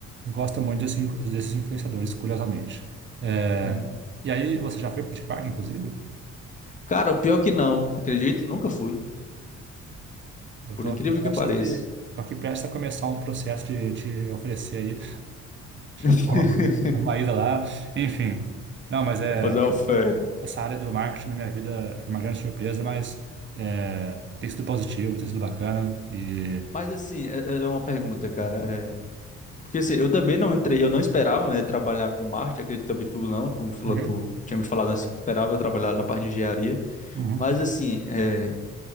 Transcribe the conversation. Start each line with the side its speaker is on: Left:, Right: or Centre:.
Right: gosta muito desse, desses influenciadores, curiosamente. É,
Left: Uhum.
Right: e aí, você já foi pro Beach Park, inclusive?
Left: Cara, pior que não, acredito, nunca fui.
Right: Eu
Left: Por
Right: tô
Left: incrível
Right: aqui prestes
Left: que pareça.
Right: a te, tô aqui prestes a começar um processo de te oferecer aí
Left: <laughs>
Right: <laughs> uma, uma ida lá. Enfim. Não, mas é
Left: Vai fazer a oferta.
Right: essa área do marketing na minha vida foi uma grande surpresa, mas é, tem sido positivo, tem sido bacana e
Left: Mas assim, é, é uma pergunta, cara. é, Porque assim, eu também não entrei, eu não esperava, né, trabalhar com marketing, acredito também tu não, tu me falou,
Right: Uhum,
Left: tu tinha me falado antes que esperava trabalhar na parte de engenharia.
Right: uhum.
Left: Mas assim, é,